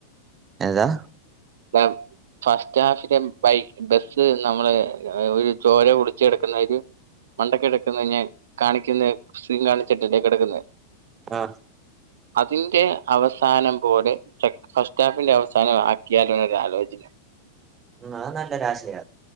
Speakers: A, on the right (about 20°); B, on the right (about 85°).
A: ഏതാ
B: <unintelligible> ഫസ്റ്റ് ഹാഫിലും ബൈക്ക് ബസ് നമ്മള് ഒരു ചോര കുടിച്ചെടക്കുന്ന ഒരു മണ്ടക്ക് കിടക്കന്നത് ഞാൻ കാണിക്കുന്ന സീൻ കാണിച്ചിട്ടല്ലേ കിടക്കുന്നെ
A: ആഹ്
B: അതിന്റെ അവസാനം പോലെ <unintelligible> ഫസ്റ്റാഫിന്റെ അവസാന ആ ക്കിയാലോന്നൊരാലോചന
A: ഉം അത് നല്ലൊരാശയ